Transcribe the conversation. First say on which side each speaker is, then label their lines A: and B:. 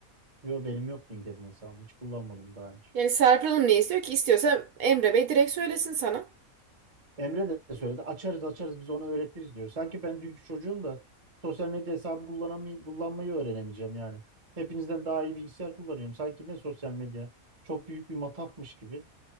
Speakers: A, on the right; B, on the right.
A: Yo benim yok LinkedIn hesabım hiç kullanmadım daha önce.
B: Yani Serpil Hanım ne istiyor ki? İstiyorsa Emre Bey direkt söylesin sana.
A: Emre de söyledi. Açarız açarız biz onu öğretiriz diyor. Sanki ben dünkü çocuğum da sosyal medya hesabı kullanamay kullanmayı öğrenemeyeceğim yani. Hepinizden daha iyi bilgisayar kullanıyorum. Sanki ne sosyal medya çok büyük bir matafmış gibi.